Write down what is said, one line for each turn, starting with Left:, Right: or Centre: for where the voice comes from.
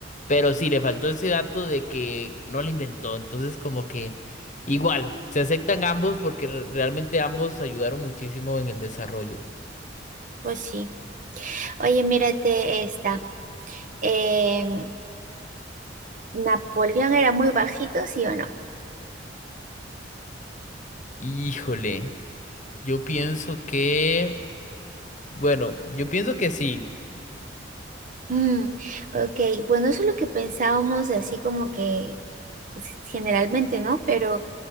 Left: Pero sí, le faltó ese dato de que no la inventó. Entonces, como que igual, se aceptan ambos porque re- realmente ambos ayudaron muchísimo en el desarrollo.
Right: Pues sí. Oye, mírate esta. Em, ¿Napoleón era muy bajito, sí o no?
Left: Híjole, yo pienso que, bueno, yo pienso que sí.
Right: Mm, ok, bueno, eso es lo que pensábamos así como que generalmente, ¿no? Pero...